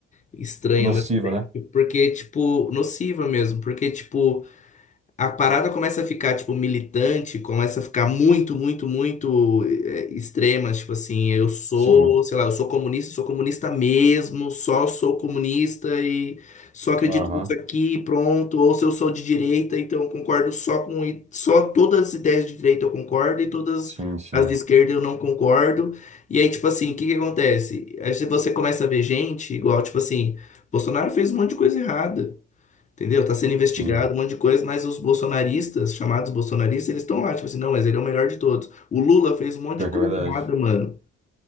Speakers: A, on the left; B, on the right.
A: estranha,
B: nociva,
A: ao mesmo tempo,
B: né?
A: porque, tipo, nociva mesmo, porque, tipo, a parada começa a ficar, tipo, militante, começa a ficar muito, muito, muito eh, extrema, tipo assim, eu sou,
B: Sim.
A: sei lá, eu sou comunista, sou comunista mesmo, só sou comunista e só acredito
B: Aham.
A: nisso aqui, pronto, ou se eu sou de direita, então eu concordo só com, i- só todas as ideias de direita eu concordo e todas
B: Sim, sim.
A: as de esquerda eu não concordo. E aí, tipo assim, o que que acontece? Aí você começa a ver gente, igual, tipo assim, Bolsonaro fez um monte de coisa errada. Entendeu? Tá sendo investigado,
B: Sim.
A: um monte de coisa, mas os bolsonaristas, chamados bolsonaristas, eles estão lá, tipo assim, não, mas ele é o melhor de todos. O Lula fez um monte
B: Pior
A: de coisa
B: que é verdade.
A: errada, mano.